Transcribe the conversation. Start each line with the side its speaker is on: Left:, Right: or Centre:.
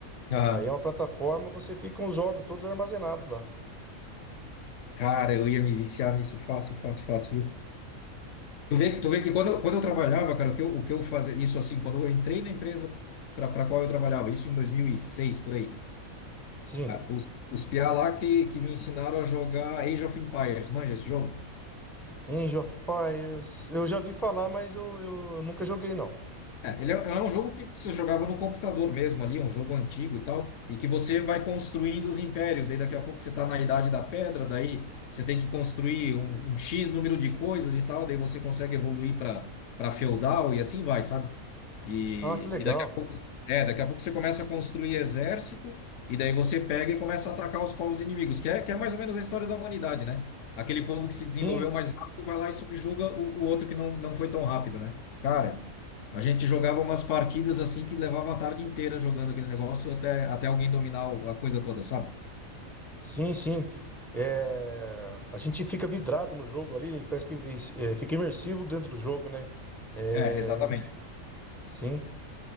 Left: Aham.
Centre: Aí é uma plataforma, você fica com os jogos todos armazenados lá.
Left: Cara, eu ia me viciar nisso fácil, fácil, fácil, Tu vê, tu vê que quando, eu- quando eu trabalhava, cara, o que eu, o que eu fazia, isso assim, quando eu entrei na empresa para qual eu trabalhava, isso em 2006, por aí,
Centre: Sim,
Left: os, os piá lá que, que me ensinaram a jogar Age of Empires, manja esse jogo?
Centre: Age of Empires, eu já vi falar, mas eu, eu nunca joguei, não.
Left: É, ele é, é um jogo que você jogava no computador mesmo ali, um jogo antigo e tal, e que você vai construindo os impérios. Daí daqui a pouco você está na Idade da Pedra, daí você tem que construir um, um X número de coisas e tal, daí você consegue evoluir para para feudal e assim vai, sabe? E,
Centre: Ah, que legal.
Left: e daqui a pouco, é, daqui a pouco você começa a construir exército, e daí você pega e começa a atacar os povos inimigos, que é, que é mais ou menos a história da humanidade, né? Aquele povo que se desenvolveu
Centre: Sim,
Left: mais rápido vai lá e subjuga o, o outro que não, não foi tão rápido, né? Cara. A gente jogava umas partidas assim que levava a tarde inteira jogando aquele negócio até, até alguém dominar o- a coisa toda, sabe?
Centre: sim, sim. É, a gente fica vidrado no jogo ali, parece que é, fica imersivo dentro do jogo, né? É,
Left: É, exatamente.
Centre: sim.